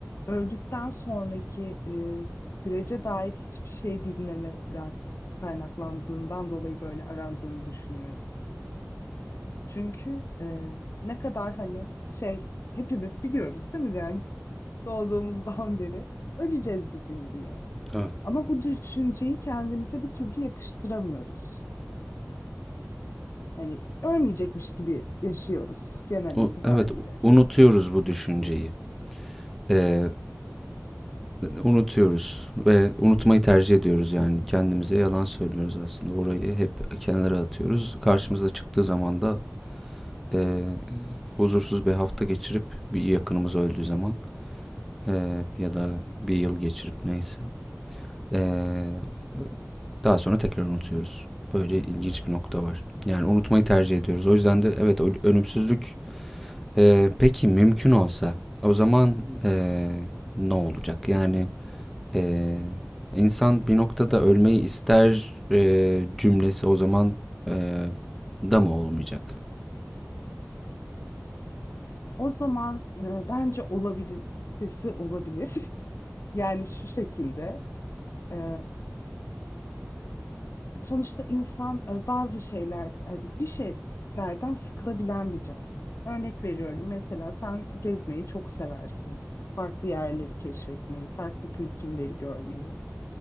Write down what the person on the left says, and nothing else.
öldükten sonraki e, sürece dair hiçbir şey bilmemeden kaynaklandığından dolayı böyle arandığını düşünüyorum. Çünkü e, ne kadar hani şey hepimiz biliyoruz değil mi? Yani doğduğumuzdan <laughs> beri öleceğiz bir gün diye.
Ama bu düşünceyi kendimize bir türlü yakıştıramıyoruz. Hani ölmeyecekmiş gibi yaşıyoruz genel
itibariyle.
O zaman e, bence olabilitesi olabilir. <laughs> Yani şu şekilde. e, sonuçta insan e, bazı şeyler hani bir şeylerden sıkılabilen bir canlı. Örnek veriyorum mesela sen gezmeyi çok seversin. Farklı yerleri keşfetmeyi, farklı kültürleri görmeyi.